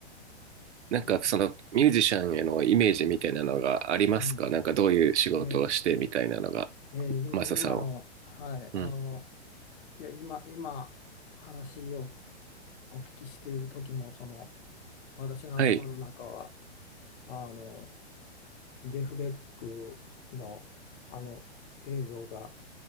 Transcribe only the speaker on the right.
なんかそのミュージシャンへのイメージみたいなのがありますかなんかどういう仕事をしてみたいなのが、
マサさんは。
うん。
はい。